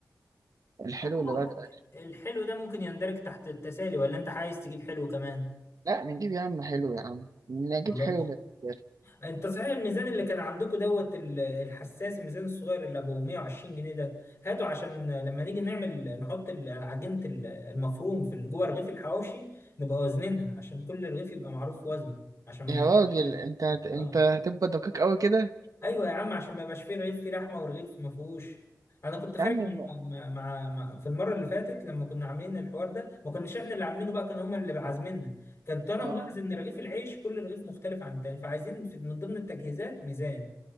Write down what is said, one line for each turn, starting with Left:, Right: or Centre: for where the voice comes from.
Right: الحلو
Left: آه،
Right: اللي بعد الأكل.
Left: الحلو ده ممكن يندرج تحت التسالي ولا انت عايز تجيب حلو كمان
Right: لا نجيب يا عم حلو يا عم نجيب
Left: خلاص
Right: حلو للرجال
Left: انت صحيح الميزان اللي كان عندكم دوت ال- الحساس الميزان الصغير اللي ابو 120 جنيه ده هاته عشان لما نيجي نعمل نحط ال- العجينة ال- المفروم في ال- جوه رغيف الحواوشي نبقى وزنينها عشان كل رغيف يبقى معروف وزنه عشان ما
Right: يا
Left: نحطش
Right: راجل انت هت... انت
Left: اه
Right: هتبقى دقيق قوي كده
Left: ايوه يا عم عشان ما يبقاش فيه رغيف فيه لحمه ورغيف ما فيهوش انا كنت خارج
Right: يا عم
Left: مع, مع, مع في المره اللي فاتت لما كنا عاملين الحوار ده ما كناش احنا اللي عاملينه بقى كانوا هم اللي عازميننا كنت انا
Right: اه
Left: ملاحظ ان رغيف العيش كل رغيف مختلف عن التاني فعايزين في من ضمن التجهيزات ميزان